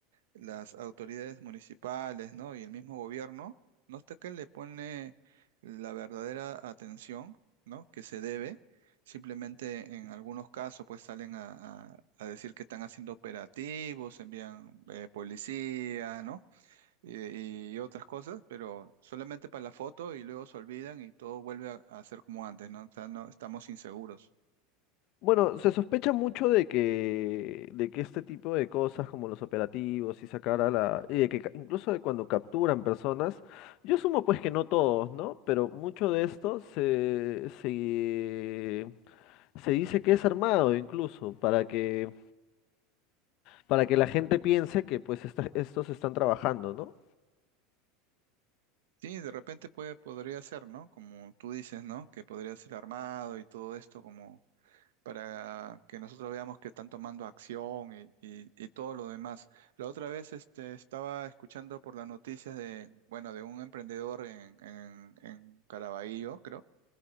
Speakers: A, on the right (about 80°); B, on the left (about 55°).
A: las autoridades municipales, ¿no? Y el mismo gobierno, no está que le pone la verdadera atención, ¿no? Que se debe. Simplemente en algunos casos, pues salen a, a- a decir que están haciendo operativos, envían eh, policía, ¿no? Y, y otras cosas, pero solamente para la foto y luego se olvidan y todo vuelve a, a ser como antes, ¿no? O sea, no- estamos inseguros.
B: Bueno, se sospecha mucho de que, de que este tipo de cosas como los operativos y sacar a la... y de que ca- incluso de cuando capturan personas, yo sumo pues que no todos, ¿no? Pero mucho de esto se, se, se dice que es armado incluso para que, para que la gente piense que pues esta- estos están trabajando, ¿no?
A: Sí, de repente puede, podría ser, ¿no? Como tú dices, ¿no? Que podría ser armado y todo esto como para que nosotros veamos que están tomando acción y, y- y todo lo demás. La otra vez este, estaba escuchando por las noticias de, bueno, de un emprendedor en, en, en Caraballo, creo,